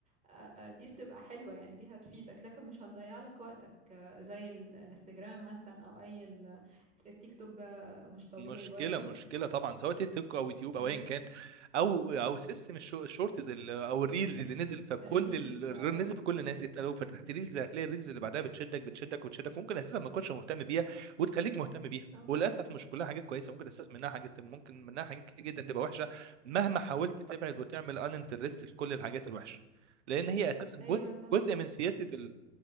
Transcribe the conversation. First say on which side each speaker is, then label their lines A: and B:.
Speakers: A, on the right (about 20°); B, on the right (about 75°).
A: آه، دي بتبقى حلوه يعني دي هتفيدك لكن مش هتضيع لك وقتك آه، زي ال- الانستجرام مثلا او اي ال- التيك توك ده مش طبيعي
B: مشكلة
A: برضو
B: مشكلة طبعا سواء تيك توك او يوتيوب
A: ايوه
B: او ايا كان او او سيستم الشو- الشورتز ال- او الريلز اللي نزل فكل
A: الريلز
B: ال- الريل
A: اه
B: نزل
A: بالظبط
B: في كل الناس انت لو فتحت ريلز هتلاقي الريلز اللي بعدها بتشدك بتشدك وتشدك ممكن اساسا ما تكونش مهتم بيها وتخليك مهتم بيها
A: صح
B: وللاسف مش كلها حاجات كويسة ممكن اساسا منها حاجات ممكن منها حاجات كتير جدا تبقى وحشة مهما حاولت تبعد وتعمل ان انترست لكل الحاجات الوحشة لان هي اساسا
A: ايوه
B: جزء
A: صح
B: جزء من سياسة